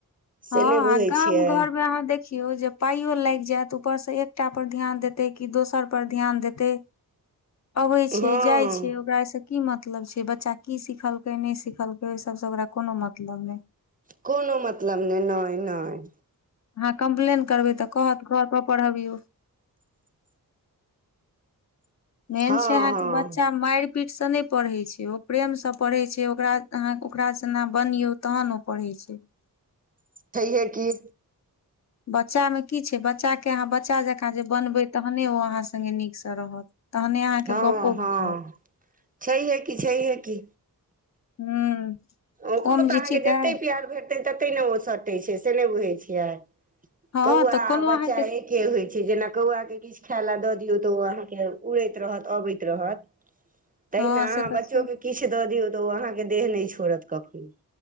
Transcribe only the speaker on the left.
आ
गाम
घर मे अहाँ देख देखियौ जे पाइयो लागि जायत ऊपरसँ एकटा पर ध्यान देतै कि दोसर पर ध्यान देतै आबइ छै
जाइ छै ओकरा सँ की मतलब छै बच्चा की सिखलकै नहि सिखलकै ओहि सबसे ओकरा कोनो मतलब नहि
अहाँ कम्प्लेन करबै तऽ कहत घर पर पढ़बियौ मेन
छै अहाँके
बच्चा माइर पीठस नै पढ़ै छै ओ प्रेमसँ पढ़ै छै ओकरा अहाँ ओकरासनक अहाँ बनियो तहन ओ पढ़ै छै
बच्चामे की छै बच्चाके अहाँ बच्चा जकाँ जे बनबै तहने ओ अहाँ सङ्गे नीकसँ रहत तहने अहाँके
गपो
बुझायत
हूँ
ओम
जी
ठीक
अइ
हँ
तऽ
कोनो
अहाँके
<inaudible>
तऽ
छै